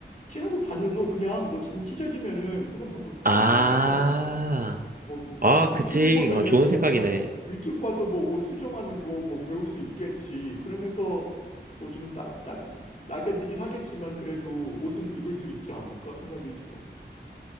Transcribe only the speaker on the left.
실하고 바늘로 그냥 뭐 찢- 찢어지면은 그거 묶,
묶으면 되잖아. 뭐, 뭐,
뭐 유튜브
보면은
뭐
그냥 유튜브 와서 뭐 옷 수정하는 거 뭐 배울 수 있겠지. 그러면서 뭐 좀 나, 나, 낡아지긴 하겠지만 그래도 옷은 입을 수 있지 않을까 생각이 들어.